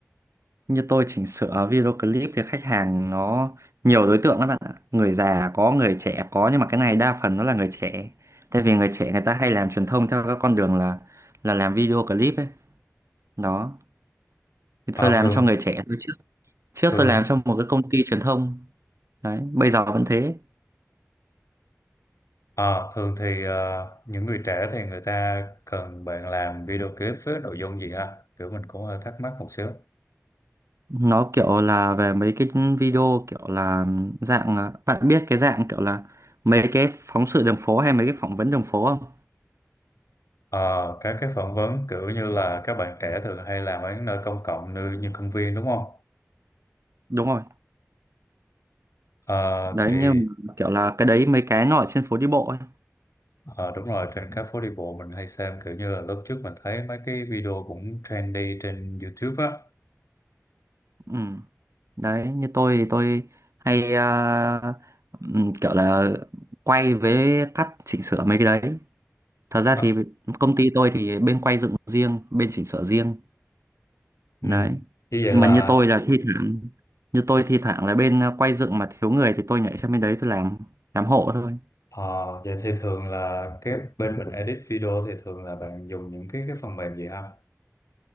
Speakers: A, on the right; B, on the left.
A: Như tôi chỉnh sửa video clip thì khách hàng nó nhiều đối tượng lắm bạn ạ. Người già có, người trẻ có, nhưng mà cái này đa phần nó là người trẻ. Tại vì người trẻ người ta hay làm truyền thông theo các con đường là là làm video clip ấy. Đó. Thì
B: à,
A: tôi làm
B: thường
A: cho người trẻ tôi trước. Trước
B: thường
A: tôi làm cho một cái công ty truyền thông Đấy, bây giờ vẫn thế.
B: Ờ, thường thì ờ, những người trẻ thì người ta cần bạn làm video clip với nội dung gì ha? Kiểu mình cũng hơi thắc mắc một xíu.
A: Nó kiểu là về mấy cái video kiểu là dạng à, bạn biết cái dạng kiểu là mấy cái phóng sự đường phố hay mấy cái phỏng vấn đường phố không?
B: Ờ, các cái phỏng vấn kiểu như là các bạn trẻ thường hay làm ở những nơi công cộng như, như công viên đúng không?
A: Đúng rồi.
B: Ờ,
A: Đấy
B: thì
A: như kiểu là cái đấy mấy cái nó ở trên phố đi bộ ấy.
B: ờ, đúng rồi trên các phố đi bộ mình hay xem kiểu như là lúc trước mình thấy mấy cái video cũng trendy trên YouTube á.
A: Ừ. Đấy như tôi thì tôi hay à, ừm, kiểu là quay với cắt chỉnh sửa mấy cái đấy. Thật ra
B: Ờ,
A: thì công ty tôi thì bên quay dựng riêng, bên chỉnh sửa riêng.
B: ừ.
A: đấy
B: Như vậy
A: nhưng
B: là
A: mà như tôi là Ừ. thi thoảng như tôi thi thoảng là bên à, quay dựng mà thiếu người thì tôi nhảy sang bên đấy tôi làm làm hộ thôi
B: ờ, vậy thì thường là cái bên mình edit video thì thường là bạn dùng những cái cái phần mềm gì ha?